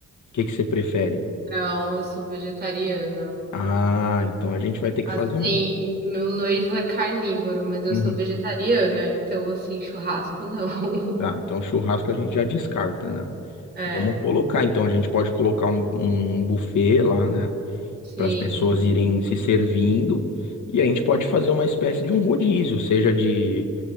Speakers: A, on the left (about 70°); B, on the right (about 30°).
A: que que você prefere?
B: Não, eu sou vegetariana.
A: Ah, então a gente vai ter que
B: Assim,
A: fazer um.
B: meu noivo é carnívoro, mas eu
A: Uhum.
B: sou vegetariana, então, assim, churrasco não. <laughs>
A: Tá, então churrasco a gente já descarta, né?
B: É,
A: Vamos colocar, então a gente pode colocar um, um buffet lá, né?
B: sim,
A: Para as pessoas irem se servindo. E a gente pode fazer uma espécie de um rodízio, seja de.